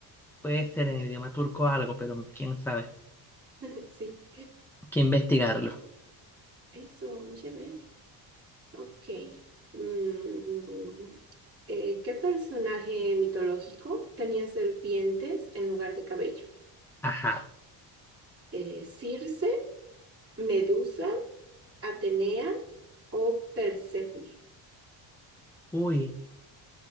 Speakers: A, in the centre; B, on the right (about 30°).
A: puede ser en el idioma turco algo, pero quién sabe.
B: <laughs> sí,
A: Hay que investigarlo.
B: eso, vamos a ver, ok, Mm, eh, ¿qué personaje mitológico tenía serpientes en lugar de cabello?
A: Ajá.
B: Eh, ¿Circe, Medusa, Atenea o Perséfone?
A: Uy.